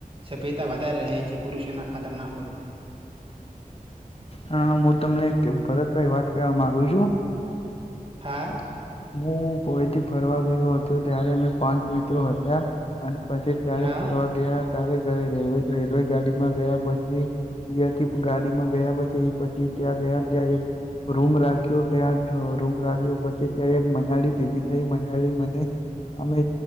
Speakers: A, on the right; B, on the left.
A: સભ્યતા વધારે રહે છે પુરુષો ના ખાતર ના હોતું
B: હા હું તમને ભરતભાઈ વાત કહેવા માગુ છું
A: હા
B: હું પોઈથી ફરવા ગયો હતો ત્યારે અમે પાંચ મિત્રો હતા અને પછી ત્યારે
A: હા
B: ફરવા ગયા ત્યારે ગય રેલવે રેલવે ગાડી માં ગયા પછી યાથી ગાડીમાં ગયા પછી પછી ત્યાં ગયા ત્યાં એક રૂમ રાખ્યો ત્યાં રૂમ રાખ્યો પછી ત્યાં એક મનાળી ભેગી થઈ મનાળી મને અમે